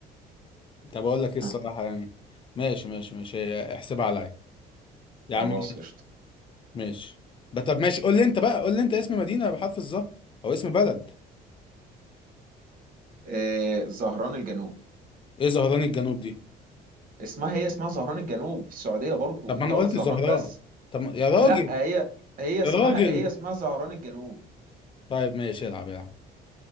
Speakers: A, on the left (about 30°); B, on the right (about 55°).
A: طب اقول لك ايه الصراحة
B: ها،
A: يعني ماشي ماشي ماشي احسبها عليا يا
B: خلاص
A: عم
B: قشطة
A: ماشي ده طب ماشي قول لي انت بقى قول لي انت اسم مدينة بحرف الظه او اسم بلد
B: إيه زهران الجنوب
A: ايه زهران الجنوب دي
B: اسمها هي اسمها زهران الجنوب في السعودية برضو
A: طب
B: انت
A: ما انا
B: قلت
A: قلت
B: زهران
A: زهران
B: بس
A: طب ما- يا راجل
B: لا هي هي اسمها
A: يا راجل
B: هي اسمها زهران الجنوب
A: طيب ماشي العب العب